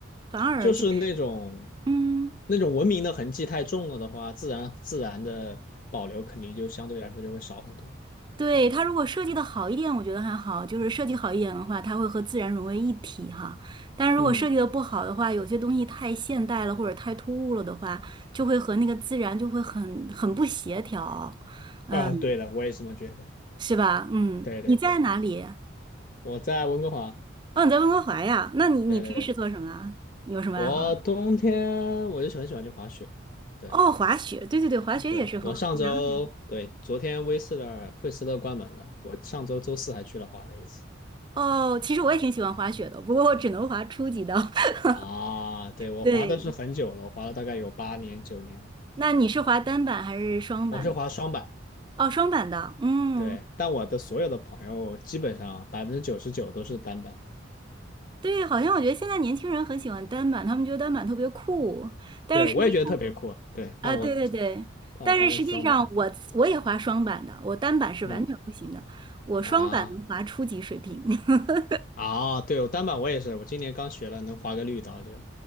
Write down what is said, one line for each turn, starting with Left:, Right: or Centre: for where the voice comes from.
Right: 反而就是，
Left: 就是那种
Right: 嗯，
Left: 那种文明的痕迹太重了的话，自然自然的保留肯定就相对来说就会少很多。
Right: 对，它如果设计的好一点，我觉得还好，就是设计好一点的话，它会和自然融为一体哈。但是如果设计的不好的话，
Left: 嗯，
Right: 有些东西太现代了或者太突兀了的话，就会和那个自然就会很很不协调，嗯。
Left: 啊，对的，我也这么觉得。
Right: 是吧？嗯，
Left: 对对对，
Right: 你在哪里？
Left: 我在温哥华。
Right: 哦，你在温哥华呀？那你你平时做什么啊？
Left: 对对对，
Right: 你有什么爱好啊？
Left: 我冬天我就很喜欢去滑雪。对
Right: 哦，滑雪，对对对，滑雪也是很好。
Left: 对，我上周对昨天威斯勒惠斯勒关门了，
Right: 男孩
Left: 我上周周四还去了滑了一次。
Right: 哦，其实我也挺喜欢滑雪的，不过我只能滑初级的。<laughs>
Left: 啊，对，我滑的是很久了，
Right: 对，
Left: 我滑了大概有八年九年了。
Right: 那你是滑单板还是双板？
Left: 我是滑双板，
Right: 哦，双板的。嗯，
Left: 对，但我的所有的朋友基本上百分之九十九都是单板，
Right: 对，好像我觉得现在年轻人很喜欢单板，他们觉得单板特别酷，但是实际上
Left: 对我也觉得特别酷啊，对，
Right: 啊，
Left: 但我
Right: 对对对，
Left: 但我滑的是双板，
Right: 但是实际上我我也滑双板的，我单板是完全不行的，
Left: 嗯
Right: 我双板能滑初级水平。
Left: 啊
Right: <laughs>
Left: 啊，对，我单板我也是，我今年刚学了，能滑个绿道就，